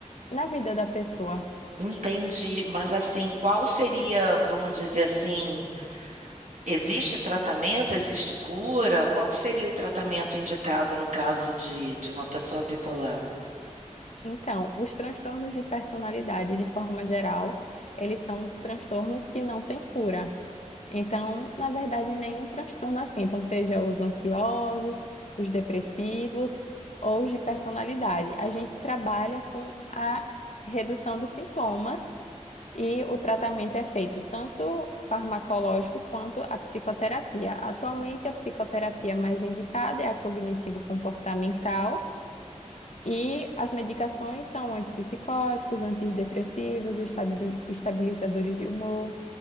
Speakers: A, on the left; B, on the right.
A: na vida da pessoa.
B: Entendi, mas assim, qual seria, vamos dizer assim, existe tratamento, existe cura? Qual seria o tratamento indicado no caso de, de uma pessoa bipolar?
A: Então, os transtornos de personalidade, de forma geral, eles são transtornos que não têm cura. Então, na verdade, nenhum transtorno assim. Então, seja os ansiosos, os depressivos ou os de personalidade. A gente trabalha com a redução dos sintomas e o tratamento é feito tanto farmacológico quanto a psicoterapia. Atualmente, a psicoterapia mais indicada é a cognitivo-comportamental e as medicações são antipsicóticos, antidepressivos, estabi- estabilizadores de humor.